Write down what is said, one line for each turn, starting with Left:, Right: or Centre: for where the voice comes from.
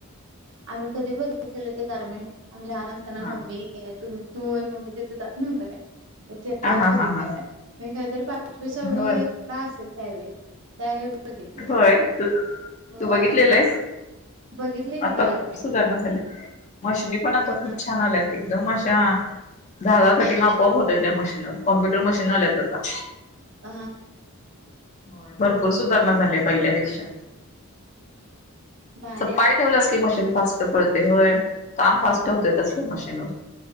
Right: आम्ही कधी बघितलेले ते गार्मेंट आम्ही लहान असताना
Left: हा
Right: मम्मी त तू आणि मम्मी तिथे जात नव्हता काय <unintelligible> तेव्हा
Left: हा
Right: बघितल्याला
Left: हा हा हा
Right: हाय मी काहीतरी पाचवी सहावीला
Left: होय
Right: असेल त्यावेळी त्यावेळी बघितलेलं
Left: होय
Right: ते
Left: तू
Right: होय
Left: तू बघितलेलं हेस?
Right: बघितलंय कि
Left: आता
Right: ते गारमेंट
Left: खूप सुधारणा झाले मशिनी पण आता
Right: ह
Left: खूप छान आल्यात एकदम अशा धागा कटिंग आपोआप होतय त्या मशीनवर कॉम्प्युटर मशीन आल्यात आता.
Right: अ हा.
Left: होय भरपूर सुधारणा झाले पहिल्यापेक्षा.
Right: भारी
Left: असं
Right: आहे
Left: पाय ठेवलस की मशीन फास्ट पळतय होय. काम
Right: हा
Left: फास्ट होतय तसल्या मशीनवर.